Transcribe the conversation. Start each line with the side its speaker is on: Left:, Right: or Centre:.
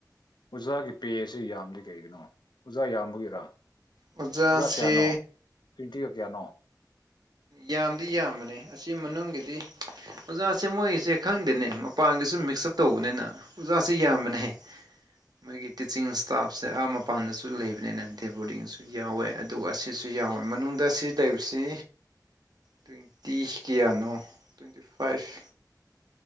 Left: ꯑꯣꯖꯥꯒꯤ ꯄꯦꯁꯤ ꯌꯥꯝꯗꯦ ꯀꯩꯒꯤꯅꯣ ꯑꯣꯖꯥ ꯌꯥꯝꯕꯒꯤꯔꯥ
Right: ꯑꯣꯖꯥꯁꯦ
Left: ꯑꯣꯖꯥ ꯀ꯭ꯌꯥꯅꯣ ꯇ꯭ꯋꯦꯟꯇꯤꯒ ꯀ꯭ꯌꯥꯅꯣ
Right: ꯌꯥꯝꯗꯤ ꯌꯥꯝꯕꯅꯦ ꯑꯁꯤ ꯃꯅꯨꯡꯒꯤꯗꯤ ꯑꯣꯖꯥꯁꯦ ꯃꯣꯏꯁꯦ ꯈꯪꯗꯦꯅꯦ ꯃꯄꯥꯟꯒꯤꯁꯨ ꯃꯤꯛꯁ ꯑꯞ ꯇꯧꯕꯅꯤꯅ ꯑꯣꯖꯥꯁꯦ ꯌꯥꯝꯕꯅꯦꯍꯦ ꯃꯣꯏꯒꯤ ꯇꯤꯆꯤꯡ ꯏꯁꯇꯥꯐꯁꯦ ꯑꯥ ꯃꯄꯥꯟꯗꯁꯨ ꯂꯩꯕꯅꯤꯅ ꯗꯦ ꯕꯣꯔꯗꯤꯡꯁꯨ ꯌꯥꯎꯋꯦ ꯑꯗꯨꯒ ꯑꯁꯤꯁꯨ ꯌꯥꯎꯋꯦ ꯃꯅꯨꯡꯗ ꯑꯁꯤ ꯂꯩꯕ ꯁꯤ ꯇ꯭ꯋꯦꯟꯇꯤ ꯀꯌꯥꯅꯣ ꯇ꯭ꯋꯦꯟꯇꯤ ꯐꯥꯏꯚ